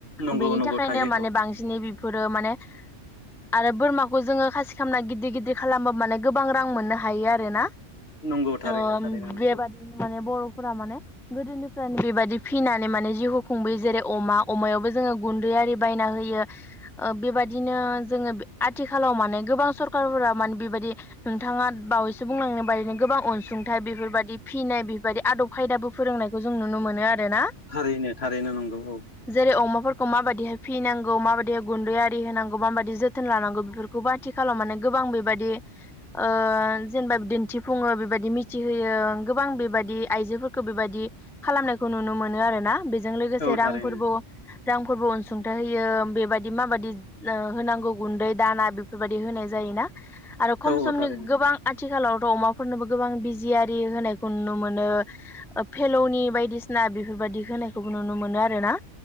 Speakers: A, on the left; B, in the centre.
A: नंगौ
B: बेनि
A: नंगौ
B: थाखायनो
A: थायो
B: माने
A: औ
B: बांसिनै बेफोरो माने आरो बोरमाखौ जोङो खासि खालामामना गिदिर गिदिर खालामबा माने गोबां रां मोननो हायो आरोना
A: नंगौ थारैनो
B: ओम
A: थारैनो नंगौ
B: बेबादिनो माने बर'फोरा माने गोदोनिफ्रायनो बेबायदि फिनानै माने जिउखौ खुंबोयो जेरै अमा अमायावबो जोङो गुन्दै आरि बायना होयो ओ बेबा बिदिनो जोङो आथिखालाव माने गोबां सरखारफोरा माने बेबायदि नोंथाङा बावैसो बुंलांनो बायदिनो गोबां अनसुंथाइ बेफोरबायदि फिनाय बेबायदि आदब खायदाबो फोरोंनायखौ जों नुनो मोनो आरो रोना
A: थारैनो थारैनो नंगौ औ
B: जेरै अमाफोरखौ माबायदिहाय फिनां गौ माबायदि गुन्दै आरि होनांगौ माबायदि जोथोन लानांगौ बेफोरखौ बाथि खालामनानै गोबां बे बादि ओ जेनेबा दिन्थिफुङो बेबायदि मिथिहोयो गोबां बेबायदि आइ जोफोरखौ बेबायदि खालामनायखौ नुनो मोनो आरो ना बेजों लोगोसे
A: औ
B: रांफोरबो
A: थारैनो
B: रांफोरबो अनसुंथाइ होयो बेबायदि माबायदि होनांगौ गुन्दै दाना बेफोरबायदि होनाय जायोना आरो खम
A: औ औ
B: समनि
A: थारैनो
B: गोबां आथिखालावथ अमाफोरनोबो गोबां बिजियि होनायखौ नुनो मोनो फेलौनि बायदिसिना बेफोरबायदि होनायखौबो नुनो मोनो आरो ना